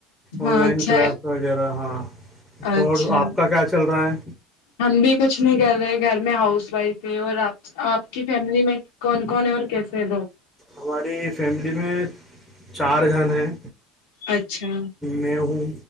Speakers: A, in the centre; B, on the left (about 85°).
A: آن
B: ہاں
A: لائن
B: اچھا
A: کلاس وغیرہ ہاں
B: اچھا
A: اور آپ کا کیا چل رہا ہے
B: ہم بھی کچھ نہیں کر رہے گھر میں ہاؤس وائف ہے اور آپ آپ کی فیملی میں کون کون ہے اور کیسے ہیں لوگ
A: ہماری فیملی میں چار جن ہیں
B: اچھا
A: میں ہوں